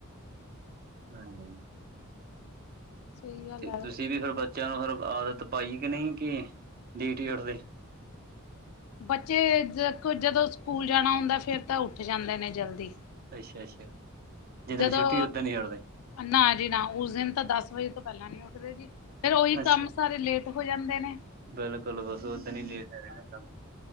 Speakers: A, on the right (about 45°); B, on the left (about 75°).
A: ਹਾਂਜੀ ਹਾਂ,
B: ਸਹੀ ਗੱਲ
A: ਤੇ
B: ਹੈ
A: ਤੁਸੀ ਵੀ ਫੇਰ ਬੱ ਚੇਆਂ ਨੂੰ, ਫੇਰ ਆਦਤ ਪਾਈ ਕਿ ਨਈਂ ਕਿ ਲੇਟ ਈ ਉੱਠਦੇ।
B: ਬੱਚੇ, ਦੇਖੋ ਜਦੋਂ ਸਕੂਲ ਜਾਣਾ ਹੁੰਦੈ ਫੇਰ ਤਾਂ ਉੱਠ ਜਾਂਦੇ ਨੇ ਜਲਦੀ
A: ਅੱਸ਼ਾ-ਅੱਸ਼ਾ। ਜਿਦਨ
B: ਜਦੋਂ
A: ਛੁੱਟੀ ਓਦਨ ਨੀਂ ਉੱਠਦੇ
B: ਨਾ ਜੀ ਨਾ, ਓਸ ਦਿਨ ਤਾਂ ਦਸ ਵਜੇ ਤੋਂ ਪੈਲਾਂ ਨੀ ਉੱਠਦੇ ਜੀ, ਫੇਰ ਓਹੀ
A: ਅੱਛਾ
B: ਕੰਮ ਸਾਰੇ ਲੇਟ ਹੋ, ਜਾਂਦੇ ਨੇ।
A: ਬਿਲਕੁਲ ਬਸ ਓਦਨ ਈ ਲੇਟ ਹੋ ਜਾਂਦੇ ਨ ਕੰਮ